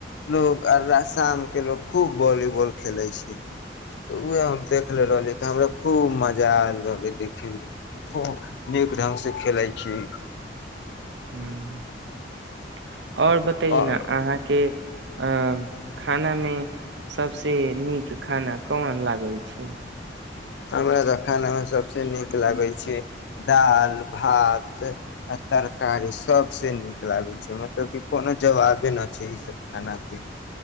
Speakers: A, on the left; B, on the right.
A: लोग आ शाम के लो खूब वॉलीबॉल खेले छै तऽ उह हम देखले रहली तऽ हमरा खूब मजा आयल रहलै देखे मे खूब नीक ढंग से खेलैत छी
B: ह्म आओर बताइ
A: आओर
B: न अहाँके अ खानामे सबसे निक खाना कोन लागै छै
A: हमरा सभ खानामे सभसँ नीक लागै छै दाइल भात आ तरकारी सभसँ नीक लागै छै मतलब कि कोनो जवाबे नहि छै इसभ खानाके